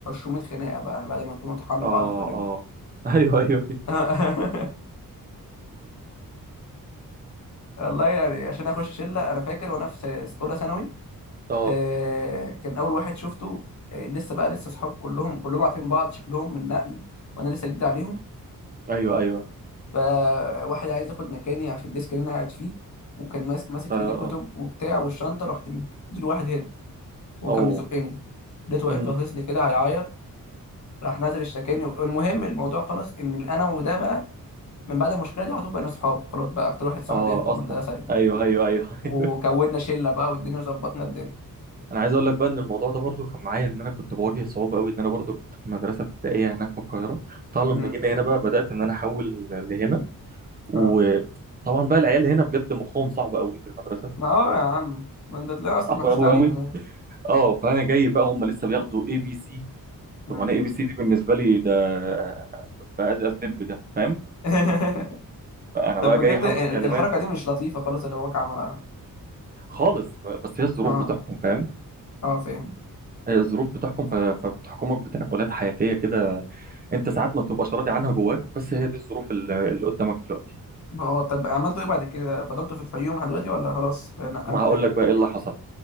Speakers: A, on the left; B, on the right.
A: 200 خناقه بقى بعد ما نكون طحنا
B: اه
A: بعض كلنا
B: اه <laughs> ايوه ايوه
A: <laughs> والله يعني عشان اخش شله انا فاكر وانا في س- اولى ثانوي
B: اه
A: آه، كان اول واحد شفته آه، لسه بقى لسه اصحاب كلهم كلهم عارفين بعض شكلهم من نقل وانا لسه جديد عليهم
B: ايوه ايوه
A: فواحد عايز ياخد مكاني في الديسك اللي انا قاعد فيه وكان ماس- ماسك
B: اه
A: في ايدي كتب
B: اه
A: وبتاع والشنطه رحت مديله واحد هيد وهو
B: أوه.
A: كان بيزقني لقيته واقف
B: امم
A: باصص لي كده هيعيط راح نازل اشتكاني المهم الموضوع خلص ان انا وده بقى من بعد المشكله دي على طول بقينا اصحاب خلاص بقى اكتر واحد صاحب
B: اه
A: ليا في المدرسه
B: اصلا
A: دي
B: ايوه ايوه ايوه <laughs>
A: وكونا شله بقى والدنيا وظبطنا الدنيا
B: انا عايز اقول لك بقى ان الموضوع ده برضو كان معايا ان انا كنت بواجه صعوبه قوي ان انا برضو كنت في مدرسه ابتدائيه هناك في القاهره طبعا
A: امم
B: لما جينا هنا بقى بدات ان انا احول لهنا وطبعا
A: اه
B: بقى العيال هنا بجد مخهم صعب قوي في المدرسه
A: ما هو يا عم ما انت تلاقي اصلا
B: صعب
A: ما
B: قوي
A: فيش تعليم
B: قوي
A: هناك
B: اه فانا جاي بقى هم لسه بياخدوا اي بي سي
A: امم
B: طب انا اي بي سي دي بالنسبه لي ده بقى از لب ده فاهم
A: <laughs>
B: فانا
A: طب
B: بقى
A: بجد
B: جاي حافظ
A: ال-
B: كلمات
A: الحركه دي مش لطيفه خالص اللي باباك عملها
B: خالص بس هي الظروف
A: اه
B: بتحكم فاهم
A: اه فاهم
B: هي الظروف بتحكم ف- فبتحكمك بتنقلات حياتيه كده انت ساعات ما بتبقاش راضي عنها جواك بس هي دي الظروف اللي اللي قدامك دلوقتي
A: ما هو طب عملتوا ايه بعد كده فضلتوا في الفيوم لحد دلوقتي ولا خلاص نقلتوا
B: ما هقول
A: تاني
B: لك بقى ايه اللي حصل